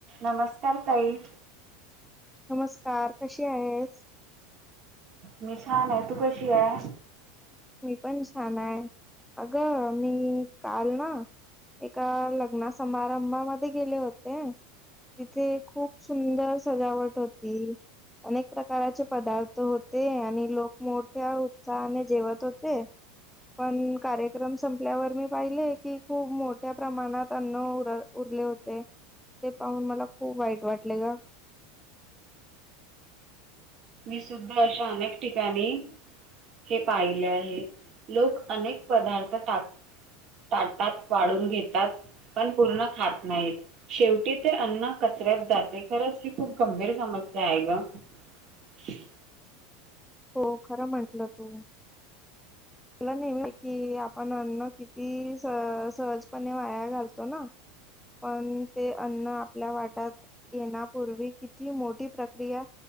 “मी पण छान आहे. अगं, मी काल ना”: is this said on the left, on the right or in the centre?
Centre